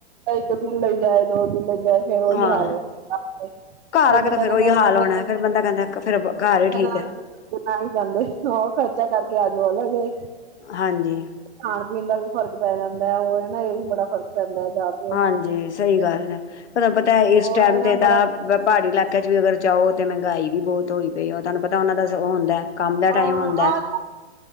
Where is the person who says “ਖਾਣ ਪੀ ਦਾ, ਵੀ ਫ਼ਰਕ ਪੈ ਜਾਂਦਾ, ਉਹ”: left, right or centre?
Right